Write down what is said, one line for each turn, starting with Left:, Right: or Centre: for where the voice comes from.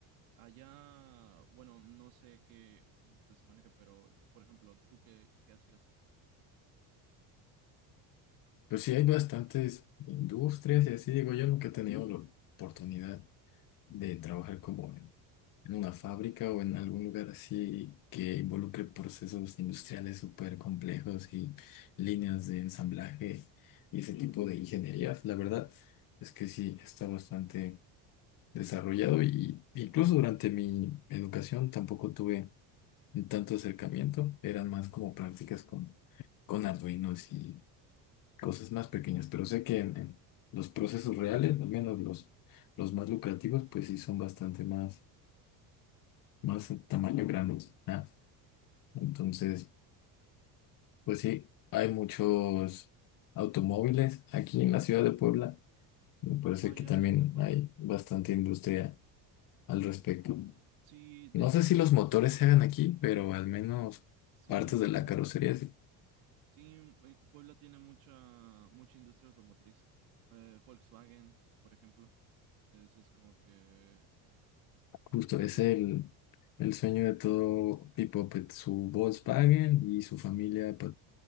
Right: Allá, bueno, no sé qué, qué industria se maneja, pero, por ejemplo, ¿tú qué, qué hacías?
Left: Pues sí, hay bastantes industrias y así digo, yo nunca he tenido la oportunidad de trabajar como en, en una fábrica o en algún lugar así que involucre procesos industriales súper complejos y líneas de ensamblaje y ese tipo de ingenierías. La verdad es que sí, está bastante desarrollado y incluso durante mi educación tampoco tuve tanto acercamiento, eran más como prácticas con, con Arduinos y cosas más pequeñas, pero sé que en, en los procesos reales, al menos los, los más lucrativos, pues sí son bastante más, más en tamaño grandes. ¿ah? Entonces, pues sí, hay muchos automóviles aquí en la ciudad de Puebla. Me parece
Right: Ah,
Left: que
Right: ya
Left: también
Right: eres de Puebla.
Left: hay bastante industria al respecto.
Right: Sí, de
Left: No
Right: hecho,
Left: sé si los motores se hagan aquí, pero al menos
Right: sí,
Left: partes
Right: sí,
Left: de la
Right: sí.
Left: carrocería, sí.
Right: Sí, eh, Puebla tiene mucha, mucha industria automotriz. Eh, Volkswagen, por ejemplo. Eso es como que eh,
Left: Justo
Right: la
Left: es
Right: planta.
Left: el... El sueño de todo Pipopet, su Volkswagen y su familia